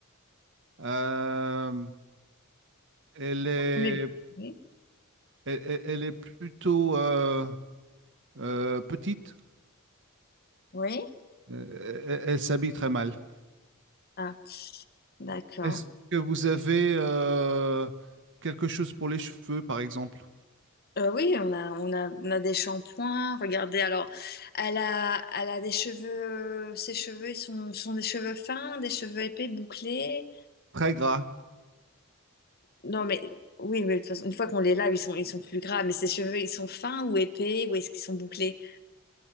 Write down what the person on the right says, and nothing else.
Euh, elle est,
elle, elle- elle est plutôt euh, euh, petite.
Euh, Elle, elle s'habille très mal.
Est-ce que vous avez euh, quelque chose pour les cheveux, par exemple?
Très gras.